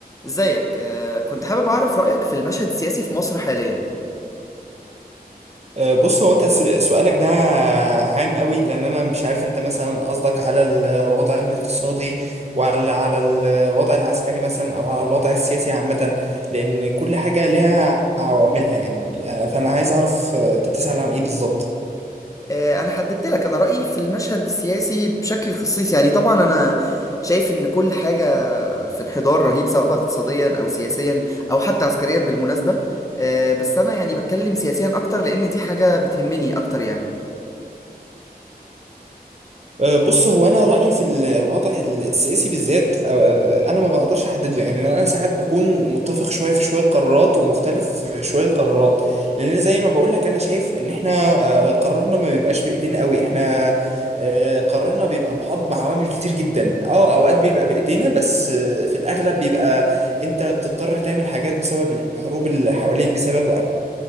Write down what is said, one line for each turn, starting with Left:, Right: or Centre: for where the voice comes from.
Left: ازيك آه، كنت حابب اعرف رأيك في المشهد السياسي في مصر حاليا
Right: آه، بص هو انت س- سؤالك ده عام قوي لان انا مش عارف انت مثلا قصدك على الوضع الاقتصادي ولا على الوضع العسكري مثلا او على الوضع السياسي عامة لان كل حاجة ليها عواملها يعني آه، فانا عايز اعرف آه، انت بتسأل عن ايه بالظبط
Left: آه، انا حددت لك انا رأيي في المشهد السياسي بشكل خصيص يعني طبعا انا شايف ان كل حاجة في انحدار رهيب سواء بقى اقتصاديا او سياسيا او حتى عسكريا بالمناسبة آه، بس انا يعني بتكلم سياسيا اكتر لان دي حاجة بتهمني اكتر يعني
Right: أه، بص هو انا رايي في الوضع السياسي بالذات أه، انا ما بقدرش احدده يعني انا ساعات بكون متفق شويه في شويه قرارات ومختلف في شويه قرارات لان زي ما بقول لك انا شايف ان احنا أه، قرارنا ما بيبقاش بايدينا قوي احنا أه، قرارنا بيبقى محاط بعوامل كتير جدا اه اوقات بيبقى بايدينا بس أه، في الاغلب بيبقى انت بتضطر تعمل حاجات بسبب الحروب اللي حواليك بسبب